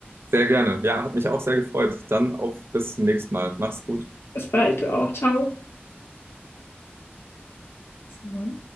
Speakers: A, on the right (about 70°); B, on the left (about 70°).
A: Sehr gerne. Ja, hat mich auch sehr gefreut. Dann auf bis zum nächsten Mal. Mach's gut.
B: Bis bald, du auch. Ciao. So.